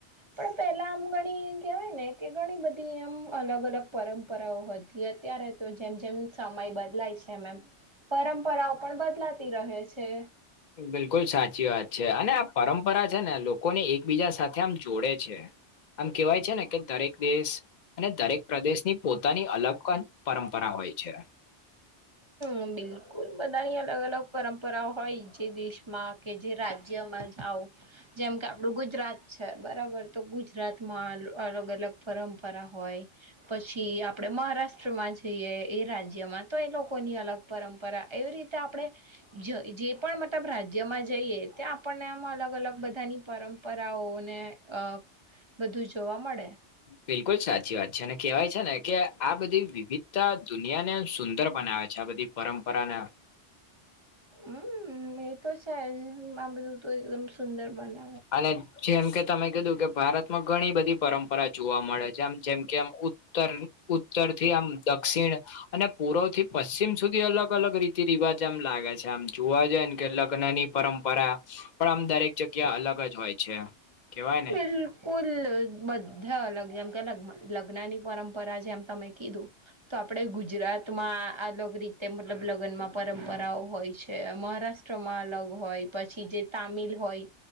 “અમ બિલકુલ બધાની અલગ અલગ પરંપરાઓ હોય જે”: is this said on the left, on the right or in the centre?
Right